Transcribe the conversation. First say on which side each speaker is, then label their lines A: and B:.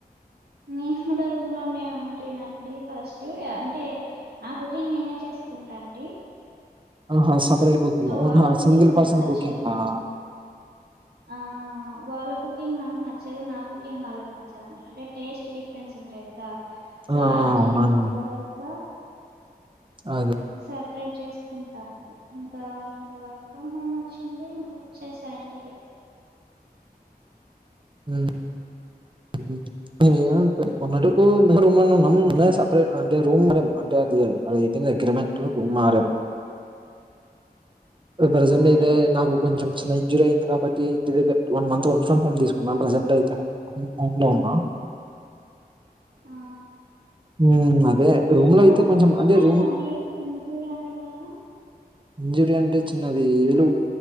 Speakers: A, on the right (about 80°); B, on the right (about 30°).
A: నేను కూడా రూమ్ లోనే ఉంటేనండి ఫస్ట్ అంటే నాకుని నేనే చేసుకుంటా అంటి
B: ఆహా సపరేట్ కుకింగ్న్
A: వాళ్ళ కుకింగ్
B: సింగల్
A: నాకు
B: పర్సన్
A: నచ్చేది
B: కుకింగ్ ఆ
A: ఆ వాళ్ళ కుకింగ్ నాకు నచ్చదు నా కుకింగ్ వాళ్ళకి నచ్చదు అన్నమాట అంటే టేస్ట్ డిఫ డిఫరెంట్ ఉంటాయి కదా సో
B: ఆ
A: అడ్జస్ట్
B: అవునండి
A: కవలేక
B: అదే
A: సపరేట్ చేసుకుంటాను ఇంకా ఇంకా వర్క్ ఫ్రమ్ హోమ్ వచ్చింది ఇంకా వచ్చేసా ఇంటికి
B: హ్మ్మ్ హ్మ్మ్ మాకు సపరేట్ అంటే రూమ్ అంటే అది అదయితే అగ్రిమెంట్ మారే ప్రజెంట్
A: ఓకే
B: అయితే నాకు కొంచెం చిన్న ఇంజురీ అయింది కాబట్టి ఇంటి దగ్గ వన్ంత్ వర్క్ ఫ్రమ్ హోమ్ తీసుకున్నా ప్రెజెంట్ అయితే పనిలో ఉన్నా
A: ఆ
B: హ్మ్. అదే రూమ్ లో
A: ఆ
B: అయితే కొంచెం
A: ఏమైందండి
B: అంటే రూమ్
A: ఇంజురీ అంటున్నారూ
B: ఇంజురీ అంటే చిన్నది ఏలు